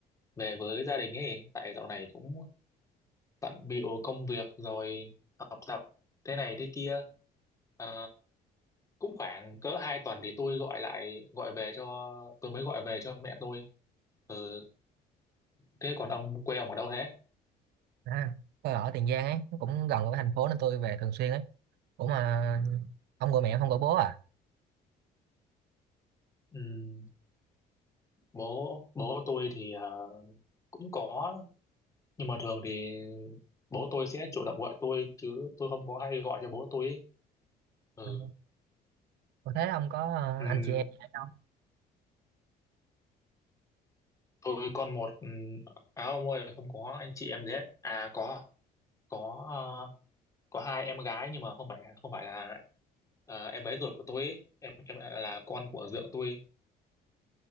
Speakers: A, on the left; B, on the right.
A: về với gia đình ấy. Tại dạo này cũng bận bịu công việc rồi học tập thế này thế kia. Ờ, cũng khoảng cỡ hai tuần thì tôi gọi lại, gọi về cho, tôi mới gọi về cho mẹ tôi. Ừ, thế còn ông, quê ông ở đâu thế?
B: À, tôi ở Tiền Giang ấy, nó cũng gần ở thành phố nên tôi về thường xuyên ấy. Ủa mà ông gọi mẹ ông không gọi bố à?
A: Ừm, bố, bố tôi thì ờ, cũng có nhưng mà thường thì bố tôi sẽ chủ động gọi tôi chứ tôi không có hay gọi cho bố tôi ấy. ừ
B: Ừ. Ủa thế ông có ờ,
A: Ừm,
B: anh chị em gì hay không?
A: tôi con một ừm, à ông ơi không có anh chị em gì hết à có có ờ, có hai em gái nhưng mà không phải không phải là ờ, em bé ruột của tôi ấy. em em à, là con của dượng tôi